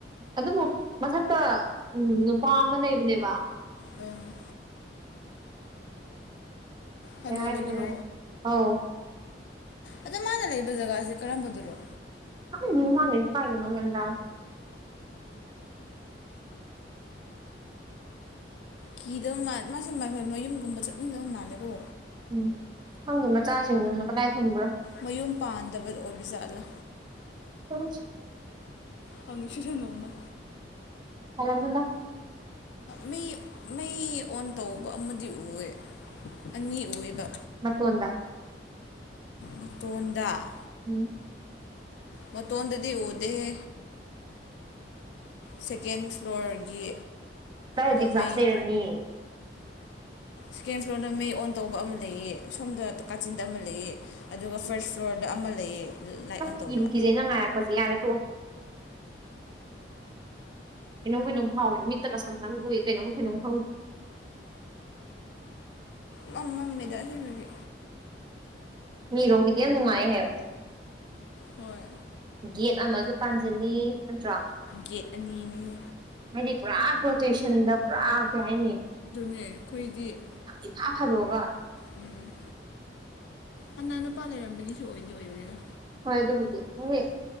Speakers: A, on the right; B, on the left.
A: ꯑꯗꯨꯕꯨ ꯃꯊꯛꯇ ꯅꯨꯄꯥ ꯑꯃ ꯂꯩꯕꯅꯦꯕ
B: ꯎꯝ ꯍꯅꯨꯕꯗꯨꯔꯣ
A: ꯀꯩ ꯍꯥꯏꯗꯣꯏꯅꯣ ꯑꯧ
B: ꯑꯗꯣ ꯃꯥꯅ ꯂꯩꯕ ꯖꯒꯥꯁꯦ ꯀꯔꯝꯕꯗꯔꯣ
A: ꯈꯪꯗꯦ ꯃꯥꯅ ꯂꯩꯁꯦ ꯀꯥꯏꯗꯅꯣ ꯒ꯭ꯌꯥꯟ ꯇꯗꯦ
B: ꯀꯤꯗꯕ ꯃꯥꯜ ꯃꯥ ꯃꯥꯁꯦ ꯃꯌꯨꯝꯒꯨꯝꯕ ꯆꯠꯅꯤꯡꯗꯕ ꯃꯥꯜꯂꯦꯕꯣ
A: ꯎꯝ ꯈꯪꯗꯦ ꯃꯆꯥꯁꯤꯡꯅ ꯀꯗꯥꯏ ꯊꯝꯕ꯭ꯔꯥ
B: ꯃꯌꯨꯝ ꯄꯥꯟꯗꯕꯗ ꯑꯣꯏꯕꯖꯥꯠꯂꯥ
A: <unintelligible>
B: ꯍꯪꯁꯤꯔ ꯅꯣꯡꯃꯥ
A: <unintelligible>
B: ꯃꯤ ꯃꯩ ꯑꯣꯟ ꯇꯧꯕ ꯑꯃꯗꯤ ꯎꯋꯦ ꯑꯅꯤ ꯑꯣꯏꯕ
A: ꯇꯣꯟꯗ
B: ꯃꯇꯣꯟꯗ
A: ꯎꯝ
B: ꯃꯇꯣꯟꯗꯗꯤ ꯎꯗꯦꯍꯦ ꯁꯦꯀꯦꯟ ꯐ꯭ꯂꯣꯔꯒꯤ
A: ꯑꯗꯥꯏꯗꯤ
B: ꯗ ꯃꯩ
A: ꯀ꯭ꯂꯥꯁ ꯂꯩꯔꯝꯅꯤ
B: ꯁꯦꯀꯦꯟ ꯐ꯭ꯂꯣꯔꯗ ꯃꯩ ꯑꯣꯟ ꯇꯧꯕ ꯑꯃ ꯂꯩꯌꯦ ꯑꯁꯣꯝꯗ ꯀꯥꯆꯤꯟꯗ ꯑꯃ ꯂꯩꯌꯦ ꯑꯗꯨꯒ ꯐꯥꯔꯁꯠ ꯐ꯭ꯂꯣꯔꯗ ꯑꯃ ꯂꯩꯌꯦ ꯂꯥꯏꯠ
A: ꯑꯁ
B: ꯑꯣꯟ ꯇꯧꯕ
A: ꯀꯤꯕꯨ ꯀꯤꯖꯩ ꯅꯪ ꯍꯥꯏꯔꯛꯄꯁꯦ ꯌꯥꯔꯦ ꯇꯣꯛꯑꯣ ꯀꯩꯅꯣꯝ ꯀꯩꯅꯣꯝ ꯐꯥꯎꯋꯦ ꯃꯤꯠꯇ ꯀꯁꯪꯁꯪ ꯎꯏ ꯀꯩꯅꯣꯝ ꯀꯩꯅꯣꯝ ꯈꯪꯗꯦ
B: ꯃꯝ ꯃꯝꯃꯤꯗꯥ ꯑꯁꯤꯡꯕꯒꯤ
A: ꯃꯤꯔꯣꯝꯒꯤꯗꯤ ꯌꯥꯝ ꯅꯨꯡꯉꯥꯏꯌꯦ ꯍꯥꯏꯌꯣ
B: ꯍꯣꯏ
A: ꯒꯦꯠ ꯑꯃꯁꯨ ꯄꯥꯟꯖꯤꯜꯂꯤ ꯅꯠꯇ꯭ꯔꯣ
B: ꯒꯦꯠ ꯑꯅꯤꯅꯤꯍꯦ
A: ꯍꯥꯏꯗꯤ ꯄꯨꯔꯥ ꯄꯣꯇꯦꯁꯟꯗ ꯄꯨꯔꯥ ꯀꯩ ꯍꯥꯏꯅꯤ
B: ꯑꯦ ꯑꯩꯈꯣꯏꯗꯤ
A: ꯏꯐ ꯐꯥꯗꯣꯛꯑꯒ
B: ꯎꯝ ꯍꯥꯟꯅ ꯅꯨꯄꯥ ꯂꯩꯔꯝꯕꯝꯕꯒꯤꯁꯨ ꯑꯣꯏꯗꯤ ꯑꯣꯏꯕꯅꯤꯗ
A: ꯍꯣꯏ ꯑꯗꯨꯕꯨꯗꯤ ꯍꯣꯏ